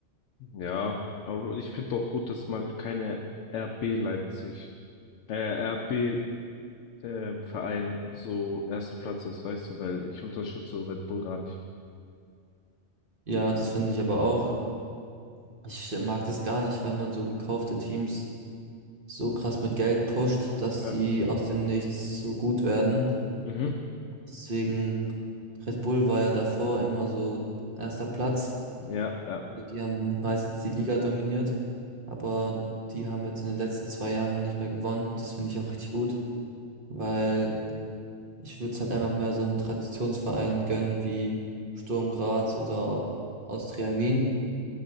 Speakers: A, on the left; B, on the right.
A: Ja, aber ich finde auch gut, dass mal keine RB Leipzig, äh, RB ähm, Verein so erster Platz ist, weißt du, weil ich unterstütze Red Bull gar nicht.
B: Ja, das finde ich aber auch. Ich mag das gar nicht, wenn man so gekaufte Teams so krass mit Geld pusht, dass
A: Ja.
B: sie aus dem Nichts so gut werden.
A: Mhm.
B: Deswegen, Red Bull war ja davor immer so erster Platz.
A: Ja, ja.
B: Also Die haben meistens die Liga dominiert, aber die haben jetzt in den letzten zwei Jahren nicht mehr gewonnen. Das finde ich auch richtig gut, weil ich würde es halt einfach mehr so einem Traditionsverein gönnen wie Sturm Graz oder Austria Wien.